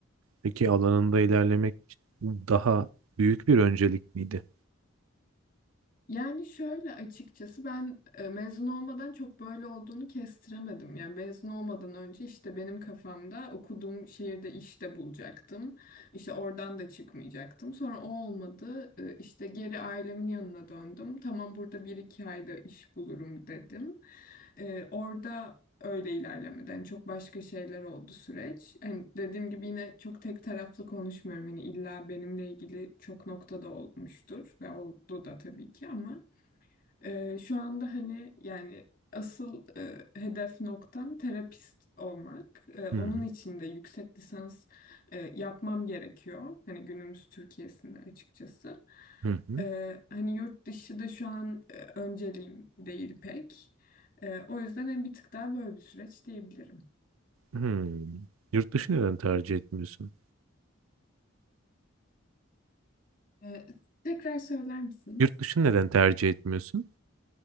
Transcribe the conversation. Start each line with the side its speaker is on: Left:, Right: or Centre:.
Right: Peki alanında ilerlemek daha büyük bir öncelik miydi?
Left: Yani şöyle açıkçası ben e, mezun olmadan çok böyle olduğunu kestiremedim. Yani mezun olmadan önce işte benim kafamda okuduğum şehirde işte bulacaktım. İşte oradan da çıkmayacaktım. Sonra o olmadı. E, İşte geri ailemin yanına döndüm. Tamam burada bir iki ayda iş bulurum dedim. E, orada öyle ilerlemeden Hani çok başka şeyler oldu süreç. Hani dediğim gibi yine çok tek taraflı konuşmuyorum. Hani illa benimle ilgili çok noktada olmuştur ve oldu da tabii ki ama ee, şu anda hani yani asıl e, hedef noktam terapist olmak. Ee, onun
Right: Hı hı.
Left: için de yüksek lisans e, yapmam gerekiyor. Hani günümüz Türkiye'sinde açıkçası.
Right: Hı hı.
Left: Ee, hani yurt dışı da şu an e, önceliğim değil pek. Ee, o yüzden hani bir tık daha böyle bir süreç diyebilirim.
Right: Hı. Yurt dışı neden tercih etmiyorsun?
Left: Ee, tekrar söyler misiniz?
Right: Yurt dışı neden tercih etmiyorsun?